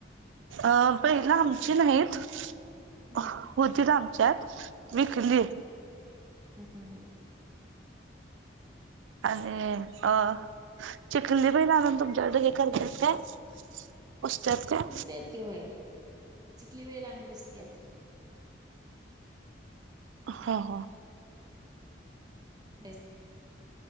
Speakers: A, on the right (about 85°); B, on the right (about 20°).
A: अ बैल आमची नाहीत
B: हम्म
A: होतीत आमच्यात विकली
B: ह
A: आणि अ चिखली बैल आणून तुमच्याकडे हे करत्यात काय पुजत्यात काय
B: पुजत्यात की होय चिखली बैल आणून पुजत्यात
A: ह, ह
B: <unintelligible>